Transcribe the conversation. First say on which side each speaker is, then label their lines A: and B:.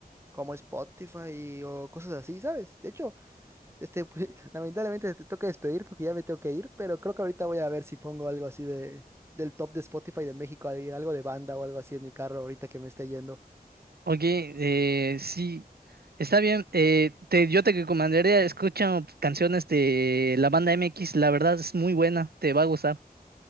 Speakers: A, on the right; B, on the right.
A: como Spotify o cosas así, ¿sabes? De hecho, Este, pues, <laughs> lamentablemente te toca despedir porque ya me tengo que ir, pero creo que ahorita voy a ver si pongo algo así de del top de Spotify de México, ahí, algo de banda o algo así en mi carro ahorita que me esté yendo.
B: Oye, eh, sí, está bien. eh, te, yo te recomendaría, escucha canciones de la banda MX, la verdad es muy buena, te va a gustar.